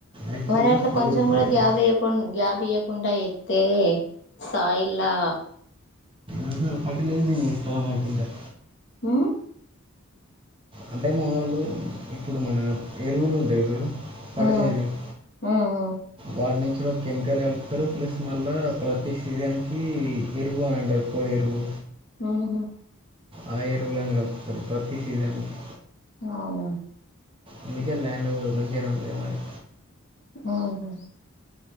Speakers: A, on the right; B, on the left.
A: యాక్చువల్గా
B: మరి అట్లా
A: ఫోర్
B: కొంచెం
A: ఉంటాయి
B: కూడా
A: కదా
B: గ్యాబ్ ఇయ్యకుండా గ్యాప్ ఇయ్యకుండా ఎత్తే సాయిల్లా
A: ఉంహు పంట లేనిది <unintelligible>
B: ఉమ్
A: అంటే మా వాళ్లు ఇప్పుడు మన ఎరువులు ఉండేవి చూడు ఫర్టిలైజింగ్
B: ఉమ్ ఉమ్ ఉమ్
A: వాటి నుంచి కూడా కెమికల్ కలుపుతారు ప్లస్ మళ్ళా ప్రతి సీజన్కి ఎరువు అని అంటారు పొడి ఎరువు
B: <inaudible> ఉమ్ హు
A: ఆ ఎరువులని కలుపుతారు ప్రతి సీజన్కి
B: అవును
A: అందుకే ల్యాండ్ మంచిగానే ఉంటుంది మాది
B: ఉమ్ హు